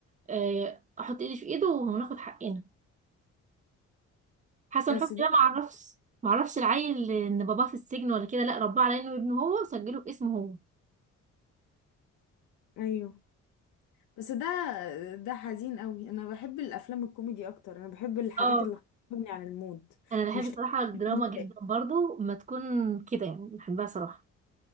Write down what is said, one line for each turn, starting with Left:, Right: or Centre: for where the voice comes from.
Right: آه، احط ايدي في ايده وناخد حقنا حسن
Left: بس
Right: حسني
Left: ده
Right: ده ما عرفش ما عرفش العيل ان باباه في السجن ولا كده لا رباه على انه ابنه هو وسجله باسمه هو
Left: ايوه بس ده ده حزين قوي انا بحب الافلام الكوميدي اكتر انا بحب الحاجات
Right: اه
Left: اللي بتغني عن المود
Right: انا بحب
Left: مش
Right: صراحة
Left: تكون-
Right: الدراما جدا برضو ما تكون كده يعني بحبها صراحة